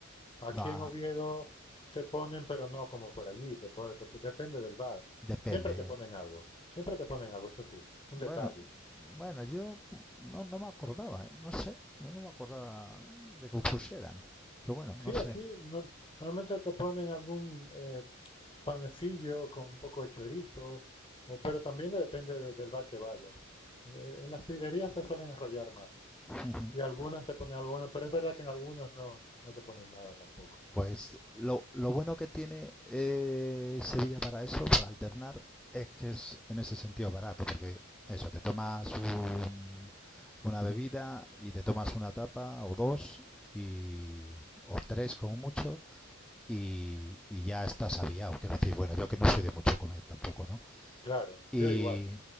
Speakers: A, in the centre; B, on the left (about 25°).
A: <laughs>
B: Aquí
A: no,
B: en Oviedo te ponen, pero no como por allí, te pone- te depende del bar.
A: depende.
B: Siempre te
A: ¿eh?
B: ponen
A: Eh,
B: algo, siempre te ponen algo, esto sí, un
A: bueno,
B: detalle.
A: bueno, yo no, no me acordaba, ¿eh? no sé, yo no me acordaba de que pusieran, pero bueno,
B: Sí,
A: no sé.
B: aquí no- normalmente te ponen algún eh, panecillo con un poco de chorizo, o- pero también depende de- del bar que vayas. Eh, En las sidrerías se suelen enrollar más
A: <laughs>
B: y algunas te ponen algo bueno, pero es verdad que en algunas no, no te ponen nada tampoco.
A: Pues lo, lo bueno que tiene eh, Sevilla para eso, para alternar, es que es en ese sentido barato, porque eso, te tomas un- una bebida y te tomas una tapa o dos y, o tres como mucho y, y ya estás aviado. Quiero decir, bueno, yo que no soy de mucho comer tampoco, ¿no?
B: Claro,
A: Y,
B: yo igual.